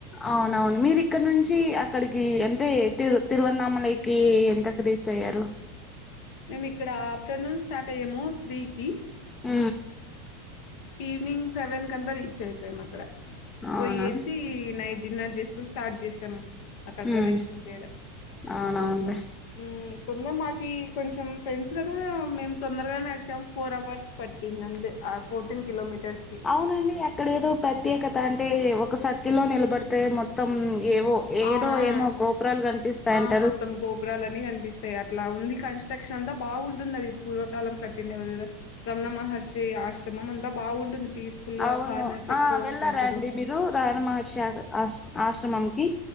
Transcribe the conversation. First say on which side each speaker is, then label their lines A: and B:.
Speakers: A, on the left (about 20°); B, on the left (about 55°).
A: అవునవును మీరు ఇక్కడ నుంచి అక్కడికి అంటే తిరువ్ తిరువన్నామలకి ఎంత పే చేయరు
B: మేము ఇక్కడ ఆఫ్టర్నూన్ స్టార్ట్ అయ్యాము త్రీకి
A: అ
B: ఈవినింగ్ సెవెన్ కంతా రీచ్ అయిపోయాం అక్కడ
A: అవునా
B: పోయేసి నైట్ డిన్నర్ చేసి స్టార్ట్ చేసాం అక్కడ
A: మ్మ్
B: ప్రదక్షిణ చేయడం
A: అవునవునులే
B: మ్ తొందర మాకి కొంచెం ఫ్రెండ్స్ కదా మేము తొందరగా నడిచాం ఫోర్ అవర్స్ పట్టింది అంతే కిలోమీటర్స్‌కి.
A: అవునండి అక్కడ ఏదో ప్రత్యేకత త అంటే ఒక సర్కిల్ల్లో నిలబడితే మొత్తం ఏవో ఏడో
B: ఆ ఆ
A: ఏమో గోపురాలు కనిపిస్తాయంటారు
B: ఆ మొత్తం ఆ గోపురాలన్ని కనిపిస్తాయి అ ఇట్లా ఉంది కన్స్ట్రక్షన్ అంతా బాగుంటుంది అది పూర్వకాలం కట్టిండవ కదా రమణ మహర్షి ఆశ్రమ ర్మ అంత బాగుంటుంది పీస్‌ఫుల్‌గా
A: అవును
B: ఫారినర్స్ ఎక్కువ
A: ఆ
B: వస్తా
A: వెళ్ళారా
B: అంటారు.
A: అండి మీరు రాణ మహర్షి ఆ ఆశ్రమంకి